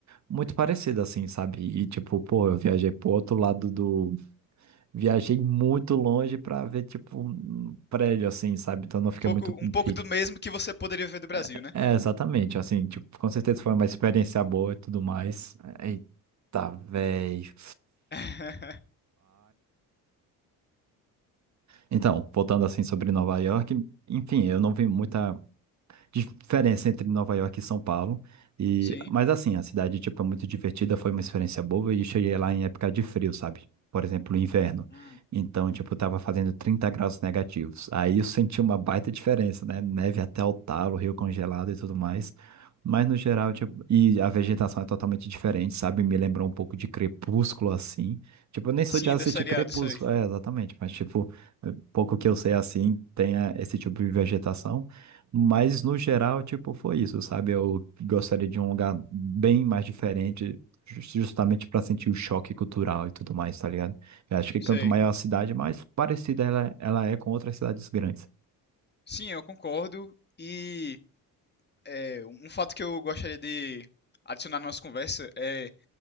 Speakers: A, on the right; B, on the left.
A: muito parecida assim, sabe? E tipo, pô, eu viajei pro outro lado do viajei muito longe pra ver tipo um prédio assim, sabe? Então não
B: Um
A: fiquei
B: pouco,
A: muito pique.
B: um pouco do mesmo que você poderia ver do Brasil,
A: É,
B: né?
A: é, exatamente, assim, tipo, com certeza foi uma experiência boa e tudo mais. Eita, velho.
B: <laughs>
A: Então, voltando assim sobre Nova York, enfim, eu não vi muita diferença entre Nova York e São Paulo. E,
B: Sim.
A: mas assim, a cidade, tipo, é muito divertida, foi uma experiência boa e cheguei lá em época de frio, sabe? Por exemplo, inverno.
B: Hum.
A: Então, tipo, tava fazendo 30 graus negativos. Aí eu senti uma baita diferença, né? Neve até o talo, rio congelado e tudo mais. Mas no geral, tipo, e a vegetação é totalmente diferente, sabe? Me lembrou um pouco de Crepúsculo, assim. Tipo, eu nem sou
B: Sim,
A: de assistir
B: da seriado,
A: Crepúsculo,
B: sei.
A: é, exatamente. Mas, tipo, pouco que eu sei assim, tem eh, esse tipo de vegetação. Mas no geral, tipo, foi isso, sabe? Eu gostaria de um lugar bem mais diferente, ju- justamente para sentir o choque cultural e tudo mais, tá ligado? Eu acho que
B: Sei.
A: quanto maior a cidade, mais parecida ela, ela é com outras cidades grandes.
B: Sim, eu concordo. E é, um fato que eu gostaria de adicionar na nossa conversa é